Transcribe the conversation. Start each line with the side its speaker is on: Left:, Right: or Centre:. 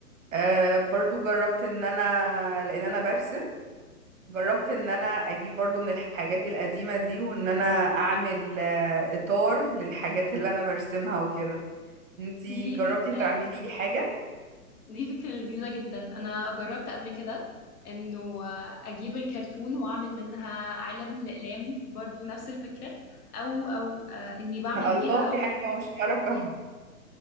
Right: آه برضو جربت ان انا لان انا برسم جربت ان انا اجيب برضو من الحاجات القديمة دي وان انا اعمل آه اطار للحاجات اللي انا برسمها وكده انتي
Left: دي
Right: جربتي
Left: فكرة
Right: تعملي حاجة
Left: دي فكرة لذيذة جدا انا جربت قبل كده انه آه، اجيب الكرتون واعمل منها علب للأقلام برضو نفس الفكرة او او آه، اني
Right: <laughs>
Left: بعمل
Right: الله
Left: بيها
Right: في
Left: قطر
Right: حاجة مشتركة
Left: <laughs>